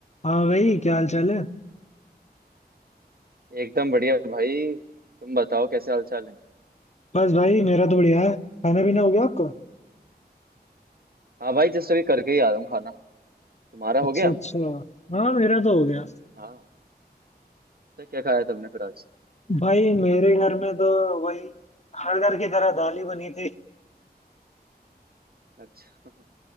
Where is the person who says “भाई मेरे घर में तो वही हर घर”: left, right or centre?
Left